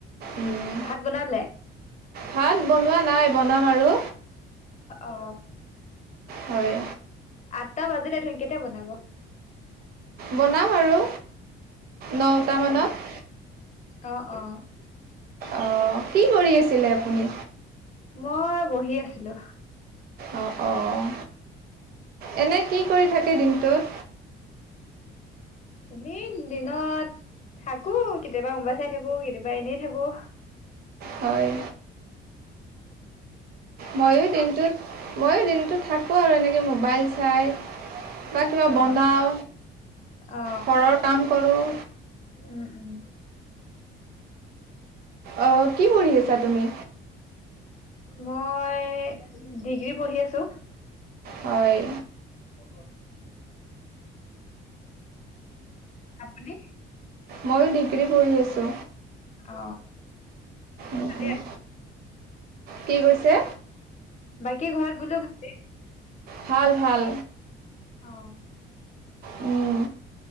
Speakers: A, on the right; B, on the left.
A: উম,
B: ভাত বনালে?
A: ভাত বনোৱা নাই, বনাম আৰু।
B: অ
A: হয়।
B: আঠটা বাজিলে <unintelligible> কেতিয়া বনাব?
A: বনাম আৰু নটামানত।
B: অ অ', অ'।
A: অঁ কি কৰি আছিলে আপুনি
B: মই বহি আছিলো।
A: অ', অ' এনে কি কৰি থাকে দিনটোত?
B: এনেই দিনত থাকো, কেতিয়াবা মোবাইল চাই থাকো কেতিয়াবা এনেই থাকো। নৰ <unintelligible>
A: হয় ময়ো দিনটোত মই দিনটো থাকো কো এনেকে ম বাইল চাই বা কিবা
B: অ
A: বনাওঁ,
B: অ
A: ঘৰৰ কাম কৰোঁ
B: উম উম
A: অ' কি পঢ়ি আছা তুমি?
B: মই ডিগ্ৰী পঢ়ি আছো।
A: হয়।
B: অ <unintelligible> আপুনি।
A: ময়ো ডিগ্ৰী পঢ়ি আছো।
B: অ
A: উম-উম্।
B: এ,
A: কি কৈছে।
B: বাকী ঘৰত বোলো ভালেই।
A: ভাল- ভাল।
B: অ
A: উম।